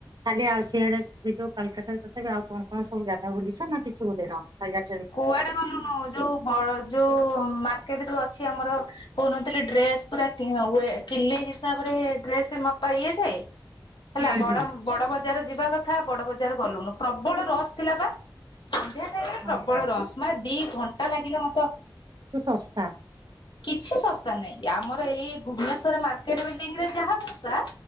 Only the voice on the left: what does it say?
କୁଆଡେ ଗଲୁନୁ ଯୋଉ ବ ଯୋଉ ମାର୍କେଟ ଯୋଉ ଅଛି ଆମର କହୁନଥିଲି ଡ୍ରେସ ପୁରା କି ୱେ କିଲେ ହିସାବରେ ଡ୍ରେସ ମପା ଇଏଯାଏ। ହେଲା
ବଡ
ବଡ ବ ଯାର ଯିବା କଥା ବଡ ବଜାର ଗଲୁୁନୁ ପ୍ରବଳ ରସ ଥିଲା ବା ସନ୍ଧ୍ୟା ବେଳେ ଯେ ପ୍ରବଳ
ରସ ମା ଦି ଘଣ୍ଟା ଲାଗିଲା ମତେ
କିଛି ଶସ୍ତା ନାଇଁ, ଆମର ଏଇ ଭୁବନେଶ୍ୱର ମାର୍କେଟ ବିଲ୍ଡିଂ ଯାହା ଶସ୍ତା